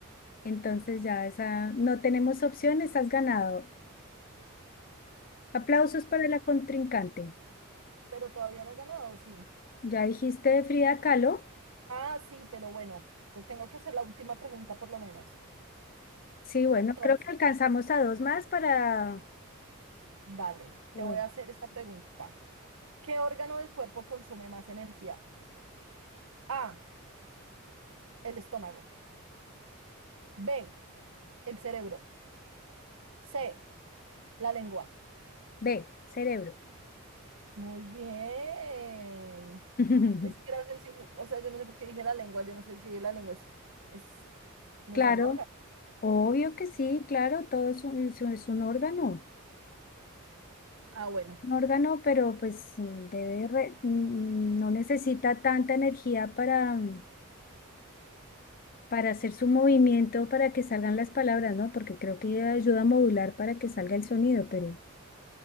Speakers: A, on the left; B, on the right.
A: Entonces ya esa, no tenemos opción, estás ganado. Aplausos para la contrincante.
B: pero todavía no he ganado, sí.
A: Ya dijiste de Frida Kahlo.
B: Ah, sí, pero bueno, te tengo que hacer la última pregunta por lo menos.
A: Sí, bueno,
B: Entonces.
A: creo que alcanzamos a dos más para,
B: Dale,
A: bueno,
B: te voy a hacer esta pregunta. ¿Qué órgano del cuerpo consume más energía? A, el estómago. B, el cerebro. C, la lengua.
A: B, cerebro.
B: Muy bien.
A: <laughs>
B: Ni siquiera sé si, o sea, yo no sé por qué dije la lengua, yo no sé si la lengua es, es, no
A: Claro,
B: es un órgano.
A: obvio que sí, claro, todo es un, es un- es un órgano,
B: Ah, bueno,
A: un órgano, pero pues mm, debe re- mm, no necesita tanta energía para, mm, para hacer su movimiento, para que salgan las palabras, ¿no? Porque creo que ayuda a modular para que salga el sonido, pero